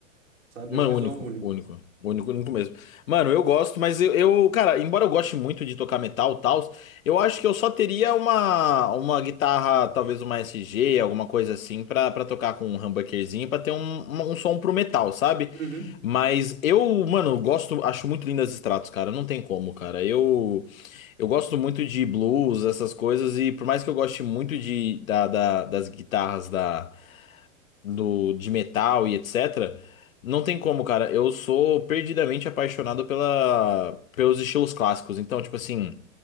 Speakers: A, on the right; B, on the left.
A: sabe?
B: Mano,
A: Um visual
B: único,
A: único.
B: único, único, único mesmo. Mano, eu gosto, mas eu, eu, cara, embora eu goste muito de tocar metal e tal, eu acho que eu só teria uma, uma guitarra, talvez uma SG, alguma coisa assim, pra, pra tocar com um humbuckerzinho, pra ter um, um, um som pro metal, sabe?
A: Uhum.
B: Mas eu, mano, gosto, acho muito lindas as Stratos, cara, não tem como, cara. Eu, eu gosto muito de blues, essas coisas, e por mais que eu goste muito de, da, da- das guitarras da do, de metal e etc. Não tem como, cara. Eu sou perdidamente apaixonado pela, pelos estilos clássicos. Então, tipo assim,